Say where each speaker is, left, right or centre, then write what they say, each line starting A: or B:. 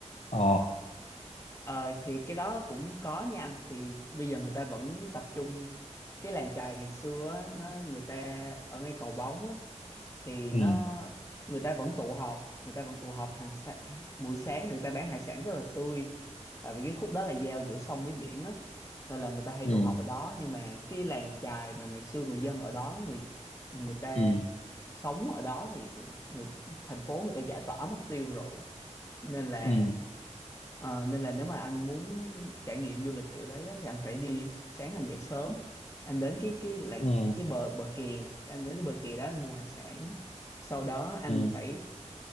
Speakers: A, on the left; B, on the left.
A: Ờ.
B: ờ, thì cái đó cũng có nha anh thì bây giờ người ta vẫn tập trung cái làng chài ngày xưa á, nó người ta ở ngay cầu bóng á thì
A: Ừ.
B: nó người ta vẫn tụ họp người ta vẫn tụ họp hàng sa- buổi sáng người ta bán hải sản rất là tươi tại vì cái khúc đó là giao giữa sông với biển á nên là người ta hay
A: Ừ.
B: tụ họp ở đó nhưng mà cái làng chài mà ngày xưa người dân ở đó người người ta
A: ừ
B: sống ở đó thì cũng người thành phố người ta giải tỏa mất tiêu rồi nên là
A: ừ
B: Ờ, nên là nếu mà anh muốn trải nghiệm du lịch kiểu đấy á, thì anh phải đi sáng anh dậy sớm anh đến cái cái làng
A: ừ
B: cái bờ bờ kè anh đến cái bờ kè đó anh mua hải sản sau đó anh
A: ừ
B: phải